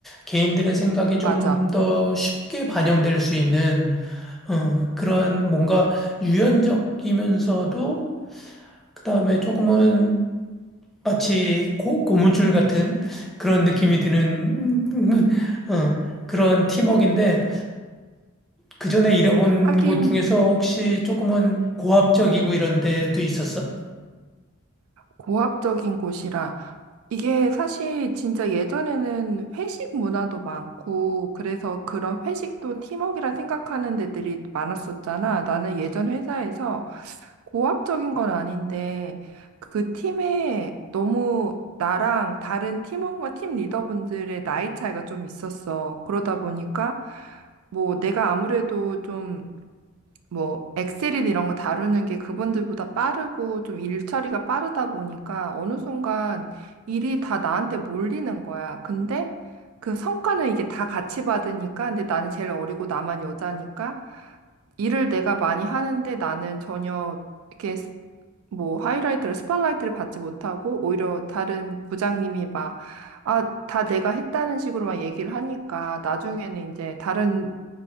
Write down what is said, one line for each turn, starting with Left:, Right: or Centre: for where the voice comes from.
Centre: 개인들의 생각이
Right: 맞아.
Centre: 좀 더 쉽게 반영될 수 있는 어, 그러한 뭔가 유연적이면서도 그다음에 조금은 마치 고, 고무줄 같은 그런 느낌이 드는 <laughs> 어, 그런 팀워크인데 그 전에 일해본
Right: 하긴.
Centre: 곳 중에서 혹시 조금은 고압적이고 이런 데도 있었어?
Right: 고압적인 곳이라 이게 사실 진짜 예전에는 회식 문화도 많고 그래서 그런 회식도 팀워크라 생각하는 데들이 많았었잖아. 나는 예전
Centre: 그,
Right: 회사에서 고압적인 건 아닌데 그 팀에 너무 나랑 다른 팀원과 팀 리더분들의 나이 차이가 좀 있었어. 그러다 보니까 뭐 내가 아무래도 좀 뭐 엑셀이나 이런 거 다루는 게 그분들보다 빠르고 좀 일 처리가 빠르다 보니까 어느 순간 일이 다 나한테 몰리는 거야. 근데 그 성과는 이게 다 같이 받으니까 근데 나는 제일 어리고 나만 여자니까 일을 내가 많이 하는데 나는 전혀 이렇게 스- 뭐 하이라이트를 스팟라이트를 받지 못하고 오히려 다른 부장님이 막 아, 다 내가 했다는 식으로 막 얘기를 하니까 나중에는 이제 다른